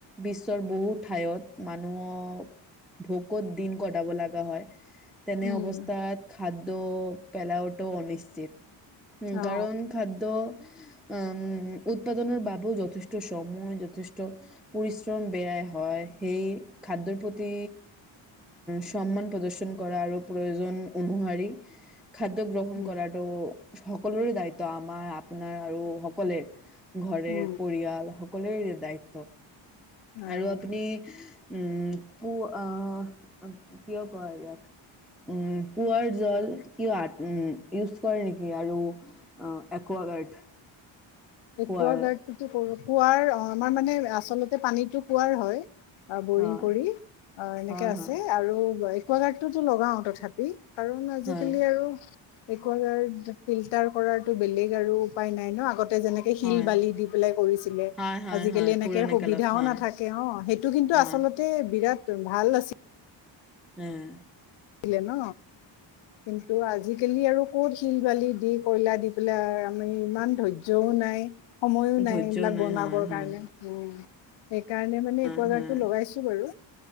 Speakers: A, in the centre; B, on the left.
A: বিশ্বৰ বহু ঠাইত, মানুহক ভোকত দিন কটাব লগা হয়। তেনে
B: উম
A: অৱস্থাত খাদ্য পেলাওঁটোও অনিশ্চিত। উম
B: অ
A: কাৰণ খাদ্য উম! উ! উৎপাদনৰ বাবেও যথেষ্ট সময় যথেষ্ঠ পৰিশ্ৰম বেয়াই হয়। সেই খাদ্যৰ প্ৰতি, সমান প্ৰদৰ্শন কৰা আৰু প্ৰয়োজন অনুসাৰী খাদ্য গ্ৰহণ
B: উম
A: কৰাটো সকলোৰে দায়িত্ব, আমাৰ আপোনাৰ আৰু সকলে ঘৰেৰ
B: উম
A: পৰিয়াল সকলোৰে দায়িত্ব।
B: অ
A: আৰু আপুনি উম, পো কিয় কয় ইয়াক, উ' পোৱাৰ জল কিয়, উ! ইউজ কৰে নেকি আৰু একোৱাগাৰ্ড
B: একোৱা
A: খোৱাৰ
B: গাৰ্ডটো ত' কৰোঁ। কুঁৱাৰ অ' আমাৰ মানে আচলতে পানীতটো কুঁৱাৰ হয়। অ' বৰিং
A: হয়
B: কৰি অ' এনেকে
A: হয়
B: আছে
A: হয়
B: আৰু ক'লাৰটো ত' লগাও তথাপি। কাৰণ আজিকালি
A: হয়
B: আৰু একোৱাগাৰ্ড ফিল্টাৰ কৰাতো বেলেগ আৰু উপায় নাই ন, আগতে যেনেকে শিল
A: হয়
B: বালি দি পেলাই কৰিছিলে,
A: হয় হয়
B: আজিকালি
A: হয়
B: এনেকে
A: পুৰণি
B: সুবিধাও
A: কালত হয়
B: নাথাকে অ' সেইটো কিন্তু
A: হয়
B: আচলতে বিৰাট তুমি ভাল আছিল।
A: হ'ম
B: চিলে ন? কিন্তু আজি আজিকালি আৰু ক'ত শিল বালি দি, কয়লা দি পেলাই আমি ইমান ধৈৰ্যও নাই। সময়ো নাই,
A: ধৈৰ্য্যও
B: এইবিলাক বনাবৰ
A: হয় হয়
B: কাৰণে, উম! <unintelligible> কাৰণে মানে,
A: হয়
B: একোৱাগাৰ্ডটো
A: হয়
B: লগাইছোঁ বাৰু।